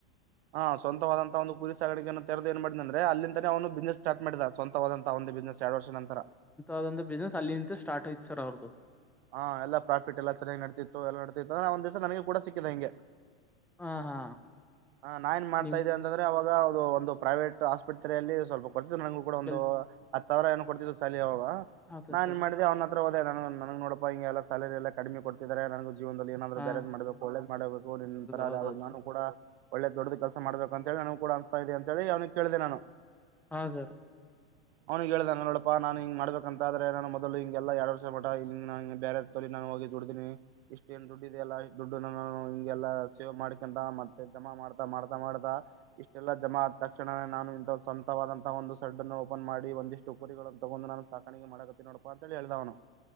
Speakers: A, on the right; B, in the centre.
A: ಹಾ ಸ್ವಂತವಾದಂತಹ ಒಂದು ಕುರಿ ಸಾಗಾಣಿಗೆನ್ನು ತೆದ ಏ ಮಾಡಿದೆ ಅ್ರ ಅಲ್ಲಿಂದನೇನು ಬಿಸ್ನೆಸ್ ಸ್ಟಾರ್ಟ್ ಮಾಡಿದ ಸ್ವಂತವಾದಂತಹ ಒಂದು ಬಿಸ್ನೆಸ್. ಎರಡು ವರ್ಷ ನಂತರ
B: ಅದಂತ ಬ್ಯುಸಿನೆಸ್ ಅಲ್ಲಿ ನಿಂತ ಸ್ಟ್ ಆಯತೆ ಸರ್ ಅವ್ರ್ದದು.
A: ಹಾ ಎಲ್ಲ ಪ್ರಾಫಿಟ್ ಎಲ್ಲ ಚನ್ನಾಗಿ ನಡತಿತ್ತು ಎಲ್ಲಾ ನಡತಿತ್ತು ಅಂದ್ರೆ ಒಂದ್ ದಿವಸ ನನಗೆ ಕೂಡ ಸಿಕ್ಕಿದೆ ಹಂಗೆ.
B: ಹಾ ಹಾ
A: ಹ ನಾ ಏನ್ ಮಾಡ್ತಾ
B: ನಿಮ್
A: ಇದ್ದೆ ಅಂತಂದ್ರೆ ಅವಾಗ. ದು ಒಂದು ಪ್ರೈವೇಟ್ ಆಸ್ಪತ್ರೆಯಲ್ಲಿ ಸ್ವಲ್ಪ ಕೊಡ್ತಿದ್ರು ನಂಗಗೂ ಕೂಡ ಒಂದು
B: ಕೆಲ್
A: ಹತ್ತುತ್ ಸಾವಿರ ಏನೋ ಕೊಡ್ತಿದ್ರು ಸಾಲ ಯಾಗ.
B: ಹೌದೌದು
A: ನಾನ್
B: ಸರ್
A: ಮಾಡಿದೆೆ ಅವ್ನ ಹತ್ರ ಹೋದೆ ನ ನನ್ಗ್ ನೋಡಪಾ ಹಿಂ ಎಲ್ಲ ಸಾಲರಿ ಎಲ್ಲ ಕಡಿಮಿ ಕೊಡ್ತಿದಾರೆ ನನ. ಜೀವನದಲ್ಲಿ ಏನಾದ್ರು
B: ಹಾ
A: ಬೇರೆದ್ ಮಾಡ್ಬೇಕು ಒಳ್ಳೇದ್ ಮಾಡ್ಬೇಕು ನಿನ್ನ ತರ
B: ಹೌದೌದು
A: ನಾನು
B: ಸರ್
A: ಕೂಡ. ಒಳ್ಳೆ ದೊಡ್ಡದು ಕೆಲಸ ಮಾಡಬೇಕುಂತ ಹೇಳಿ ನನಗ ಕೂಡ ಅನ್ತ ಇದೆ ಅಂತೇಳಿ ಅವ್ನು ಕೇಳಿದೆ ನಾನು
B: ಹ ಸರ್
A: ಅವ್ನಿಗೆ ಹೇಳ್ದ ನೋಡಪ್ಪ ನಾನ್ ಹಿಂಗ ಮಾಡ್ಬೇಕಂತ್ರ ನಾನು ಮೊದಲು ಹಿಂಗೆಲ್ಲ ಎರಡು ವರ್ಷ ಮಠ ಬೇರೆ ತೊ ನಾನು ಹೋಗಿ ದುಡ್ದಿನಿ ಇಷ್ಟ ಏನ್ ದುಡ್ಡ ಇದದೆಲ್ಲ ದುಡ್ಡ ನ ಹಿಂಗೆಲ್ಲ ಸೇ್ ಮಾಡ್ಕಂತ ಮತ್ತೆ ಜಮಾ ಮಾಡ್ತಾ ಮಾಡ್ತಾ ಮಾಡ್ತಾ ಇಷ್ಟೆಲ್ಲ ಜಮಾ ಆದ ತಕ್ಷಣೇ ನಾನು ಇಂತ ಸ್ವಂತವಾದಂತ ಒಂದು ಸ ಓಪನ್ ಮಾಡಿ ಒಂದಿಷ್ಟ ಉ ಕುುರಿಗಳನ್ನು ತಗೊಂಡು ನಾನು ಸಾಕಾಣಿಕೆ ಮಾಡಕತ್ತೆ ನೋಡಪಾ ಅಂತ ಹೇಳಿ ಹೇಳಿದವನು